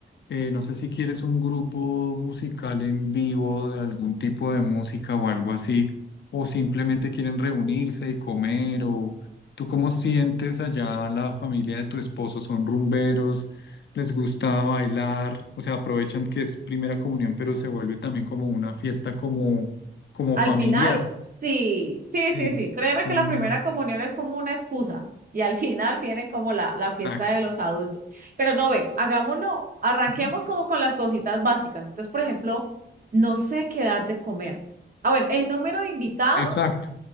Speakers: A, on the left; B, on the right.
A: eh, no sé si quieres un grupo musical en vivo de algún tipo de música o algo así, o simplemente quieren reunirse y comer, o tú cómo sientes allá la familia de tu esposo, son rumberos, les gusta bailar, o sea, aprovechan que es primera comunión, pero se vuelve también como una fiesta como, como
B: Al
A: familiar.
B: final, sí, sí,
A: Sí,
B: sí, sí. Créeme
A: Mm,
B: que la primera comunión es como una excusa y al <laughs> final viene como la, la fiesta
A: exacto.
B: de los adultos. Pero no, ve, hagámoslo, arranquemos
A: Ujú.
B: como con las cositas básicas. Entonces, por ejemplo, no sé qué dar de comer. Ah, bueno, el número de invitados,
A: Exacto.